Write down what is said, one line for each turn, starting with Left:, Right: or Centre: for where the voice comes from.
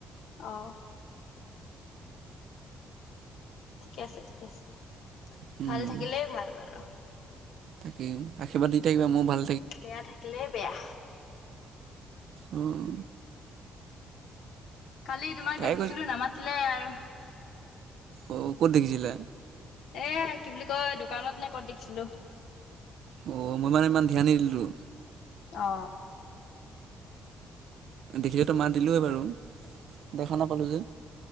Left: অ। ঠিকে আছে ঠিকে আছে।
Right: উম।
Left: ভাল থাকিলে ভাল আৰু।
Right: তাকেই আশীৰ্বাদ দি থাকিবা মোৰ ভাল
Left: বেয়া থাকিলেই বেয়া।
Right: উম।
Left: কালি তোমাক
Right: তাই
Left: দেখিছিলো
Right: কৈছে
Left: নামাতিলাই আৰু। <inaudible>
Right: অ। ক'ত দেখিছিলা?
Left: এ কি বুলি কয় দোকানত নে কত দেখিছিলো।
Right: অ মই মানে ইমান ধ্যান নিদিলো।
Left: অ।
Right: দেখিলেতো মাত দিলোৱে বাৰু। দেখা না পালোঁ যে।